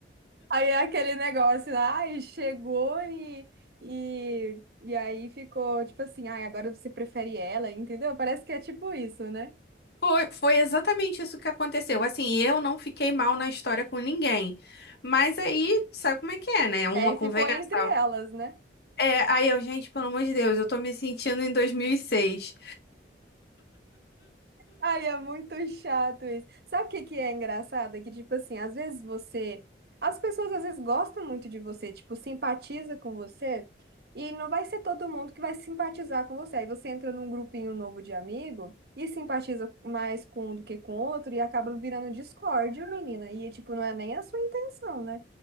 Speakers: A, on the right (about 55°); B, on the left (about 60°).
A: Aí é aquele negócio, ai, chegou e, e, e aí ficou tipo assim, ai, agora você prefere ela, entendeu? Parece que é tipo isso, né?
B: Foi, foi exatamente isso que aconteceu. Assim, eu não fiquei mal na história com ninguém. Mas aí, sabe como é que é, né? Uma
A: É,
B: conversa.
A: ficou entre elas, né?
B: É, aí eu, gente, pelo amor de Deus, eu tô me sentindo em dois mil e seis
A: Ai, é muito chato isso. Sabe o que que é engraçado? É que, tipo assim, às vezes você. As pessoas às vezes gostam muito de você, tipo, simpatiza com você, e não vai ser todo mundo que vai simpatizar com você. Aí você entra num grupinho novo de amigo e simpatiza mais com um do que com outro e acaba virando discórdia, menina. E, tipo, não é nem a sua intenção, né?